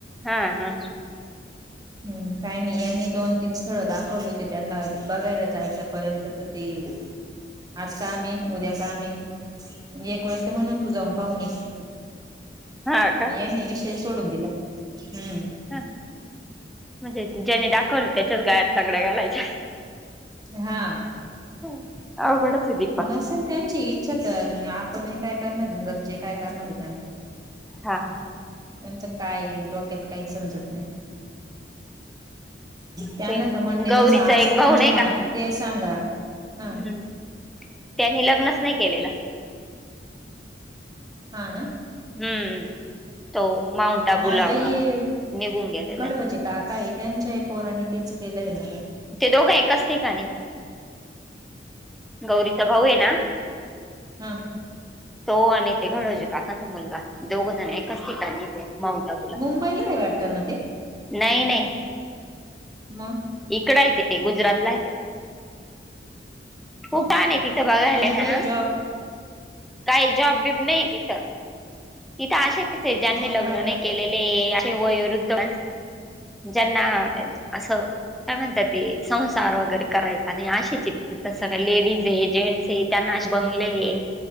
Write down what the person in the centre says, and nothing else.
हा हा
हा का
ह म्हणजे ज्याने दाखवलं त्याच्याच गाडीत - चांगल्या घालायच्या
अ आ अवघडच आहे की -
हा हा
ते
गौरीचा
एक भाऊ
नाही
का
हम्म, त्यांनी लग्नच नाही केलेलं.
हम्म तो माउंट आबूला
निघून गेलेला
ते दोघं एकाच ठिकणी- गौरीचा भाऊ आहे ना-
तो आणि ते घडवचे काकांचा मुलगा- दोघजण एकाच ठिकाणी होते. माऊंट आबूला,
नाही नाही
इकड आहे ते गुजरातला आहे ते खूप छान आहे तिथं बघायलाय
ना
-
काही जॉब बिब नाही तिथं, तिथं असेच आहे ज्यांनी
लग्न
नाही
केलेल. ते असं वयोवरद्ध ज्यांना असं - काय म्हणतात ते, संसार वगैरे करायचा नाही असेच आहेत तिथं सगळ लेडीज आहे जेंट्स आहेत. त्यांना अशे बंगले ए,